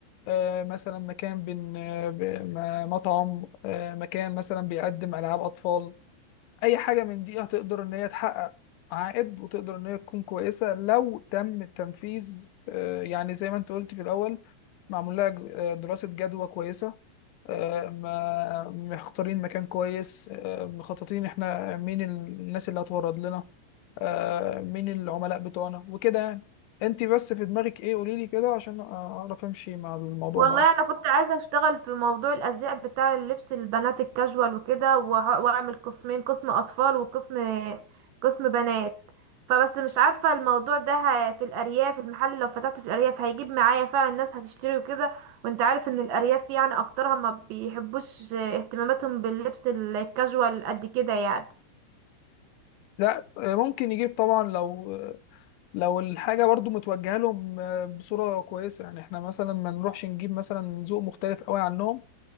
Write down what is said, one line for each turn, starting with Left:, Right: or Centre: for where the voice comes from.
Left: آه، مثلا مكان بن آه، ب- م- مطعم آه، مكان مثلا بيقدم العاب اطفال اي حاجه من دي هتقدر ان هي تحقق عائد وتقدر ان هي تكون كويسه لو تم التنفيذ آه، يعني زي ما انت قلت في الاول معمول لها ج- آه، دراسه جدوى كويسه آه، ما مختارين مكان كويس آه، مخططين احنا مين الناس اللي هتورد لنا آه، مين العملاء بتوعنا وكده يعني انت بس في دماغك ايه قولي لي كده عشان اعرف امشي مع الموضوع
Right: والله
Left: معاك
Right: انا كنت عايزه اشتغل في موضوع الازياء بتاع اللبس البنات الكاجوال وكده وه- واعمل قسمين قسم اطفال وقسم قسم بنات فبس مش عارفه الموضوع ده ه- في الارياف المحل لو فتحته في الارياف هيجيب معايا فعلا الناس هتشتري وكده وانت عارف ان الارياف يعني اكترها ما بيحبوش اهتماماتهم باللبس الكاجوال قد كده يعني
Left: لا آه، ممكن يجيب طبعا لو لو الحاجة برضو متوجهة لهم آه، بصورة كويسة يعني احنا مثلا ما نروحش نجيب مثلا ذوق مختلف قوي عنهم